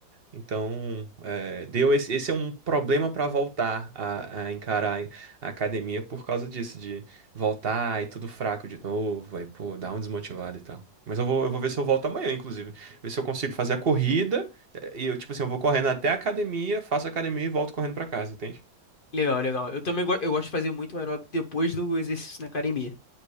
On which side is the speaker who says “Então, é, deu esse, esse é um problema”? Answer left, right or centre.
Right